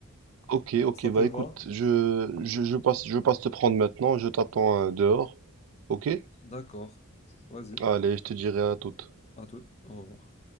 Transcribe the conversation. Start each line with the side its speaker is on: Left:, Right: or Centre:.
Right: Ok, ok,
Left: Ça te
Right: bah
Left: va?
Right: écoute, je, je, je passe, je passe te prendre maintenant, je t'attends euh, dehors. Ok?
Left: D'accord. Vas-y,
Right: Allez, je te dirai à toute.
Left: à tout. Au revoir.